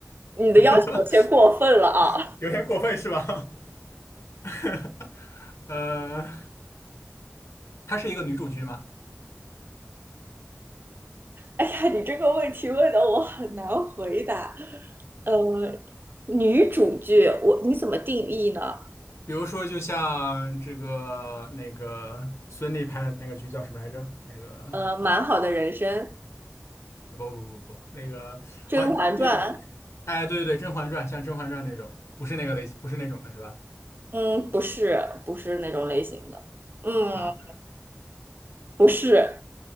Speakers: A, on the right; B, on the left.
A: 你的要求有些过分了啊！
B: <laughs> 有点过分是吧？<laughs> 呃，它是一个女主剧吗？
A: 哎呀，你这个问题问的我很难回答。呃，女主剧，我你怎么定义呢？
B: 比如说，就像这个那个孙俪拍的那个剧叫什么来着？那个
A: 呃，《蛮好的人生》
B: 不不不不，那个好像也
A: 《甄嬛传》
B: 哎，对对对，《甄嬛传》像《甄嬛传》那种，不是那个类型，不是那种的是吧？
A: 嗯，不是，不是那种类型的。嗯，
B: 啊
A: 不是